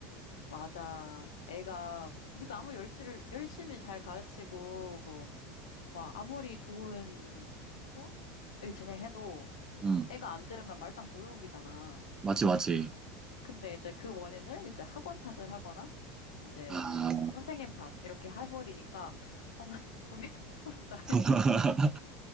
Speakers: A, on the left; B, on the right.
A: 맞아. 애가, 우리가 아무리 열심히, 열심히 잘 가르치고, 막 아무리 좋은 수업을 진행해도,
B: 응,
A: 애가 안 들으면 말짱 도루묵이잖아.
B: 맞지, 맞지.
A: 근데 이제 그 원인을 이제 학원 탓을 하거나 이제
B: 아,
A: 뭐 선생님 탓 이렇게 해버리니까 어, <laughs> 저희는 최선을 다했는데
B: <laughs>